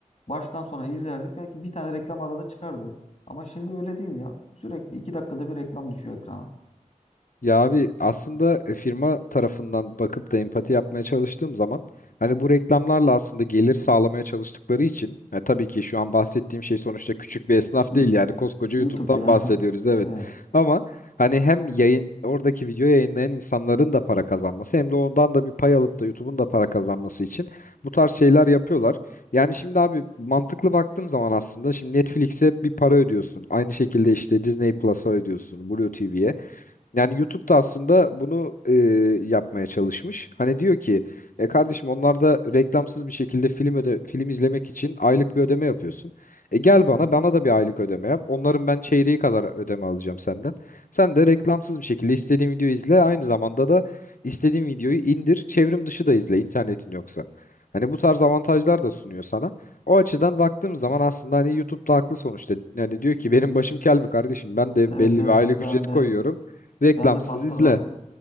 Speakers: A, on the left; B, on the left.
A: Baştan sona izlerdik. Belki bir tane reklam arada çıkardı. Ama şimdi öyle değil ya. Sürekli iki dakikada bir reklam düşüyor ekrana.
B: Ya abi aslında e, firma tarafından bakıp da empati yapmaya çalıştığım zaman hani bu reklamlarla aslında gelir sağlamaya çalıştıkları için e, tabii ki şu an bahsettiğim şey sonuçta küçük bir esnaf
A: Yu-
B: değil yani koskoca
A: YouTube
B: YouTube'dan
A: yani.
B: bahsediyoruz
A: <laughs>
B: evet.
A: Evet.
B: Ama hani hem yayın oradaki video yayınlayan insanların da para kazanması hem de ondan da bir pay alıp da YouTube'un da para kazanması için bu tarz şeyler yapıyorlar. Yani şimdi abi mantıklı baktığım zaman aslında şimdi Netflix'e bir para ödüyorsun. Aynı şekilde işte Disney Plus'a ödüyorsun, Blue TV'ye. Yani YouTube da aslında bunu e, yapmaya çalışmış. Hani diyor ki e, kardeşim onlar da reklamsız bir şekilde film öde film izlemek için aylık bir ödeme yapıyorsun. E gel bana bana da bir aylık ödeme yap. Onların ben çeyreği kadar ödeme alacağım senden. Sen de reklamsız bir şekilde istediğin videoyu izle. Aynı zamanda da istediğin videoyu indir. Çevrim dışı da izle internetin yoksa. Hani bu tarz avantajlar da sunuyor sana. O açıdan baktığım zaman aslında hani YouTube'da haklı sonuçta. Yani diyor ki benim başım kel mi kardeşim? Ben de
A: Evet
B: belli
A: evet.
B: bir aylık
A: Ben
B: ücret
A: de
B: koyuyorum. Reklamsız
A: Ben de pastadan
B: izle.